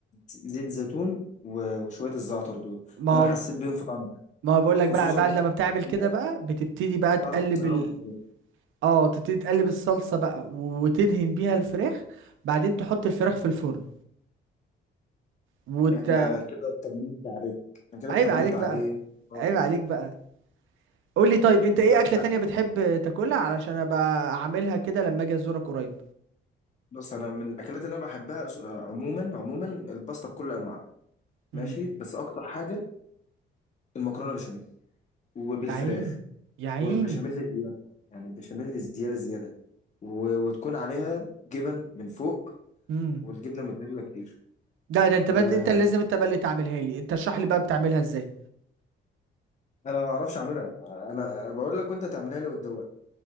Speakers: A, on the left; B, on the right.
A: زيت زيتون و- وشويه الزعتر دول
B: ما
A: انا
B: هو
A: حسيت بيهم في طعم الاكل
B: ما بقول لك
A: خصوصا
B: بقى بعد
A: بقى
B: لما
A: إن
B: بتعمل
A: انت
B: كده
A: كمان
B: بقى بتبتدي بقى تقلب
A: تعرف تظهرهم
B: ال
A: كويس.
B: اه تبتدي تقلب الصلصة بقى وتدهن بيها الفراخ بعدين تحط الفراخ في الفرن وت...
A: انا كده اطمنت عليك انا كده
B: عيب
A: اطمنت
B: عليك بقى
A: عليك خلاص.
B: عيب عليك بقى قول لي طيب انت ايه
A: طب
B: اكلة
A: لا،
B: تانية بتحب تاكلها علشان ابقى اعملها كده لما اجي ازورك قريب
A: بص انا من الاكلات اللي انا بحبها أس- آه، عموما عموما الباستا بكل انواعها ماشي
B: امم
A: بس اكتر حاجه المكرونه بشاميل وبالفراخ
B: يا عيني يا عيني
A: والبشاميل زياده يعني البشاميل زياده زياده و- وتكون عليها جبن من فوق
B: امم
A: والجبنه الموتزاريلا كتير
B: ده ده انت
A: وانا
B: بقى انت اللي لازم انت بقى اللي تعملها لي انت اشرح لي بقى بتعملها ازاي
A: ما اعرفش اعملها انا أنا بقول لك وانت تعملها لي وتدوق